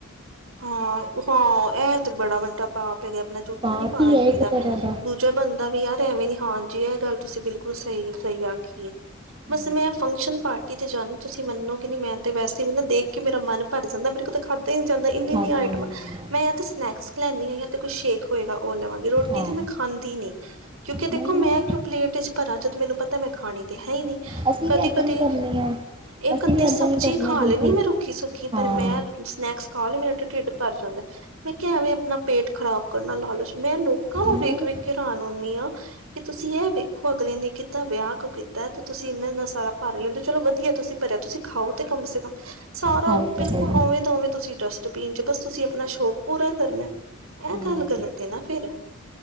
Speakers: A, on the right; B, on the right.
A: ਹਾਂ, ਹਾਂ ਐਹ ਤੇ ਬੜਾ ਵੱਡਾ ਪਾਪ ਹੈਗਾ ਆਪਣਾ ਜੂਠਾ
B: ਪਾਪ
A: ਨਹੀਂ ਪਾਣਾ
B: ਹੀ ਹੈ
A: ਚਾਹੀਦਾ।
B: ਇੱਕ ਤਰ੍ਹਾਂ ਦਾ
A: ਦੂਜ ਜੇ ਬੰਦਾ ਵੀ ਯਾਰ ਐਵੇਂ ਨੀ ਹਾਂਜੀ। ਇਹ ਗੱਲ ਤੁਸੀਂ ਬਿਲ ਬਿਲਕੁਲ ਸਹੀ, ਸਹੀ ਆਖੀਏ।
B: ਹਮ,
A: ਬਸ ਮੈਂ ਫੰਕਸ਼ਨ ਪਾਰਟੀ ਕਿਤੇ ਜਾਨੀ, ਤੁਸੀਂ ਮੰਨੋਗੇ ਨਹੀਂ ''ਮੈਂ ਤੇ ਵੈਸੇ ਵੀ ਨਾ ਦੇਖਕੇ ਮੇਰਾ ਮਨ ਭਰ ਜਾਂਦਾ, ਮੇਰੇ ਕੋ ਤਾਂ ਖਾਧਾ ਹੀ ਜਾਂਦਾ ਇੰਨੀ-ਇਨੀਆਂ
B: ਖਾਧਾ
A: ਆਈਟਮਾਂ,
B: ਨਹੀਂ ਜਾਂਦਾ
A: ਮੈਂ ਯਾ ਤੇ ਸਨੈਕ੍ਸ ਲੈਂਨੀ ਹਾ, ਯਾ ਤੇ ਕੁੱਛ ਸ਼ੇਕ ਹੋਇਗਾ। ਉਹ ਲਵਾਂਗੀ। ਰ੍ਹੋਟੀ
B: ਹਾਂ
A: ਤੇ ਮੈਂ ਖਾਂਦੀ ਨੀ, ਕਿਉਂਕਿ
B: ਨਹੀਂ
A: ਦੇਖੋ, ਮੈਂ
B: ਨਾ
A: ਕਿਂਉਂ ਪਲੇਟ'ਚ ਭਰਾਂ ਜਦੋਂ ਮੈਨੂੰ ਪਤਾ ਮੈਂ ਖਾਣੀ ਤੇ
B: ਪਤਾ
A: ਹੈਹੀ
B: ਤਾਂ
A: ਨਹੀਂ,
B: ਅਸੀਂ
A: ਕਦੀ-ਕਦੀ
B: ਵੀ ਏਦਾਂ ਹੀ ਕਰਨੇ ਆ
A: ਇਹ
B: ਅਸੀਂ
A: ਅੱਧੀ
B: ਵੀ ਏਦਾਂ
A: ਸਬਜ਼ੀ
B: ਹੀ ਕਰਨੇ
A: ਖਾ
B: ਆ ਬਿਲਕੁਲ
A: ਲੈਨੀ ਮੈਂ ਰੁੱਖੀ-ਸੁੱਖੀ,
B: ਹਾਂ
A: ਪਰ ਮੈਂ ਸਨੈਕ੍ਸ ਖਾਹਲੇ ਮੇਰਾ ਤਾ ਢਿੱਡ ਭਰ ਜਾਂਦਾ। ''ਮੈਂ ਕਿਹਾ ਐਂਵੇਂ ਅਪਨਾ ਪੇਟ ਖ਼ਰਾਬ ਕਰਨਾ ਲਾਲਚ ''ਮੈਂ ਲੋਕੁਾਂ
B: ਹੋਰ
A: ਨੂੰ ਵੇਖ-ਵੇਖਕੇ ਰਰਾਨ ਹੁੰਨੀ ਆਂ ਕਿ ਤੁਸੀਂ ਐਹ ਵੇਖੋ ਅਗਲੇ ਨੇ ਕਿੱਦਾਂ ਵਿਆਹ ਕੋ ਕਿੱਤਾ, ਤੇ ਤੁਸੀਂ ਇੰਨਾ-ਇੰਨਾ ਸਾਰਾ ਭਰ ਲੈਂਦੇ ਹੋ ਚਲੋ ਵਧੀਆ ਤੁਸੀ ਭਰਿਆ, ਤੁਸੀ ਖਾਓ ਤੇ ਕਮ ਸੇ ਕਮ। ਸਾਰਾ,
B: ਹਾਂ ਇਹ ਤਾਂ
A: ਬਿਲਕੁਲ
B: ਸਹੀ
A: ਓਂਵੇਂ ਦਾ ਓਵੇਂ ਤੁਸੀਂ ਡਸਟਬੀਨ'ਚ, ਬਸ ਤੁਸੀ ਅਪਣਾ ਸ਼ੌਕ ਪੂਰਾ ਕਰਨਾ। ਐ
B: ਹੂੰ
A: ਗੱਲ ਗ਼ਲਤ ਏ ਨਾ ਫੇਰ।